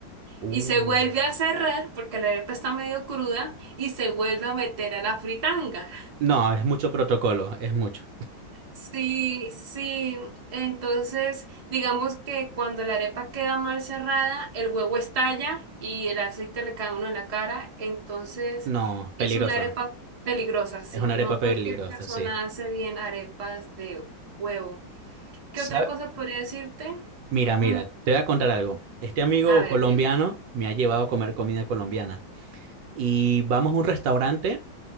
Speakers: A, on the right; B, on the right.
A: Uh.
B: Y se vuelve a cerrar porque la arepa está medio cruda y se vuelve a meter a la fritanga.
A: No, es mucho protocolo, es mucho.
B: Sí, sí. Entonces, digamos que cuando la arepa queda mal cerrada, el huevo estalla y el aceite le cae a uno en la cara. Entonces,
A: No, peligroso.
B: es una arepa peligrosa, sí.
A: Es una
B: No
A: arepa peligrosa,
B: cualquier persona
A: sí.
B: hace bien arepas de huevo. ¿Qué
A: ¿Sabe?
B: otra cosa podría decirte?
A: Mira, mira,
B: Mm,
A: te voy a contar algo. Este amigo
B: a ver,
A: colombiano
B: dime.
A: me ha llevado a comer comida colombiana y vamos a un restaurante